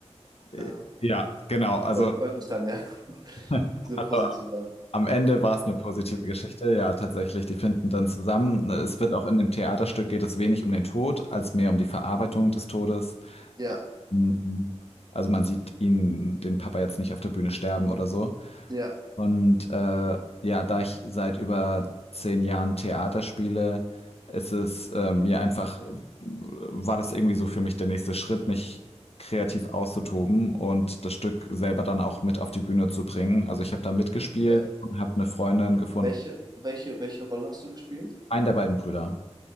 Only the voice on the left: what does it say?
Äh,
Ja, genau. Also,
<laughs>
also
am Ende war es eine positive Geschichte. Ja, tatsächlich. Die finden dann zusammen. Es wird auch in dem Theaterstück geht es wenig um den Tod, als mehr um die Verarbeitung des Todes.
Mhm. Also man sieht ihn, den Papa jetzt nicht auf der Bühne sterben oder so.
Und äh, ja, da ich seit über zehn Jahren Theater spiele, ist es äh, mir einfach, äh, war das irgendwie so für mich der nächste Schritt, mich kreativ auszutoben und das Stück selber dann auch mit auf die Bühne zu bringen. Also ich habe da mitgespielt
und habe eine Freundin gefunden,
einen der beiden Brüder.